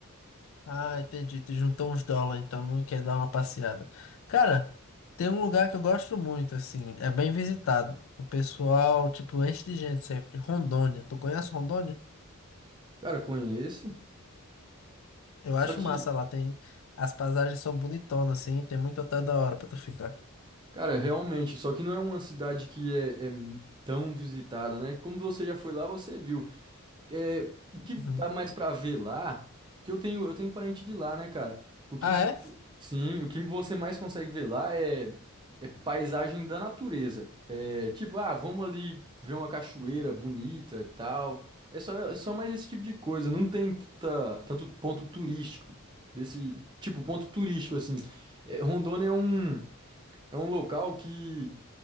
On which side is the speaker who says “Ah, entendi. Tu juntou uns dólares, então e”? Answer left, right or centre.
Left